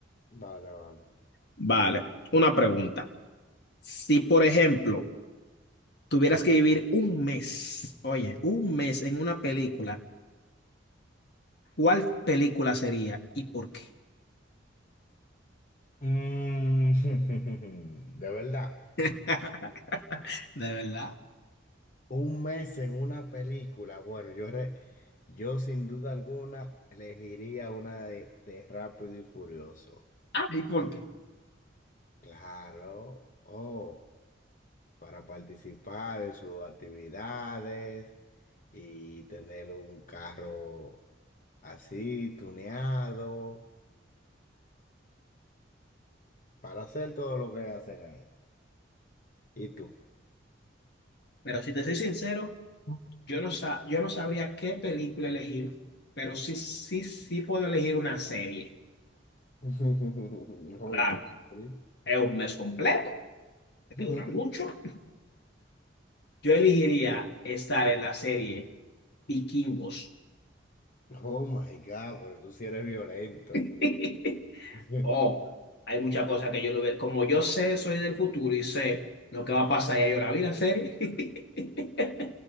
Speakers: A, on the left; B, on the left.
A: Vale, vale.
B: Vale, una pregunta. Si, por ejemplo, tuvieras que vivir un mes, oye, un mes en una película, ¿cuál película sería y por qué?
A: Mm, <laughs> de verdad,
B: <laughs> De verdad.
A: un mes en una película. Bueno, yo, re- yo sin duda alguna elegiría una de, de Rápido y Furioso.
B: Ah, ¿y por qué?
A: Claro, oh, para participar en sus actividades y tener un carro así, tuneado. para hacer todo lo que hacen ahí. ¿Y tú?
B: Pero si te soy sincero, yo no sa- yo no sabría qué película elegir, pero sí, sí, sí puedo elegir una serie.
A: <laughs> Joder,
B: Claro,
A: ¿cómo sería?
B: es un mes completo,
A: <laughs>
B: que dura mucho. Yo elegiría estar en la serie Vikingos.
A: Oh my God, pero tú sí eres violento.
B: <laughs>
A: <laughs>
B: oh, hay muchas cosas que yo no veo. Como yo sé, soy del futuro y sé lo que va a pasar, ya yo la vi la serie. <laughs>